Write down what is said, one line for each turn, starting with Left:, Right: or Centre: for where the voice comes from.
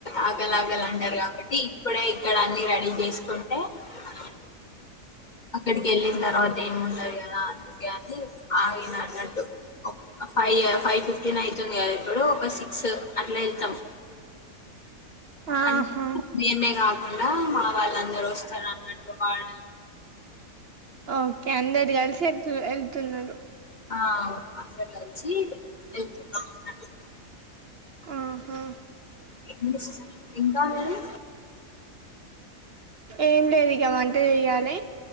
Left: ఆకలాకలి అంటారు కాబట్టి ఇప్పుడే ఇక్కడ అన్ని రెడీ చేసుకుం ఏ అక్కడికి ఎళ్ళిన తర్వాత ఏమి ఉండదు కదా అందుకే అని ఆయన అన్నట్టు ఫైవ్ ఫైవ్ ఫిఫ్టీన్ అయితుంది కదా ఇప్పుడు ఒక సిక్స్ అట్లా ఎళ్తం
Right: ఆహా
Left: అం మేమేగాదు అలా మా వాళ్ళందరు వస్తారు అన్నట్టు వాళ్
Right: ఓకే అందరు కలిసి ఎళ్ ఎళ్తున్నరు
Left: ఆ అవును అందరు కలి చీ వెళ్తున్నాం అన్నట్టు
Right: ఆహా
Left: ఏం జేస్తారు ఇంకా మేడం
Right: ఏం లేదు ఇక వంట చేయాలి